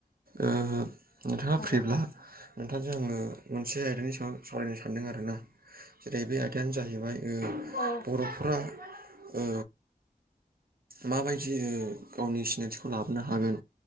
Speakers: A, on the right (about 75°); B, on the left (about 85°).
A: ओ नोंथाङा
B: हागोन
A: फ्रिब्ला
B: ना
A: नोंथांजों आङो मोनसे आयदानि सायाव सावरायनो सानदों आरो ना जेरै बे आयदायानो जाहैबाय ओ
B: औ
A: बर'फोरा ओ माबायदि गावनि सिनायथिखौ लाबोनो हागोन